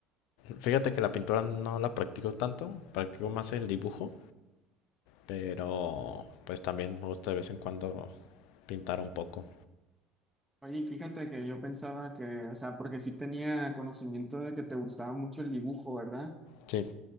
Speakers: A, on the left; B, in the centre.
A: Fíjate que la pintura no la practico tanto, practico más el dibujo, pero pues también me gusta de vez en cuando pintar un poco.
B: Oye, y fíjate que yo pensaba que, o sea, porque sí tenía conocimiento de que te gustaba mucho el dibujo, ¿verdad?
A: Sí.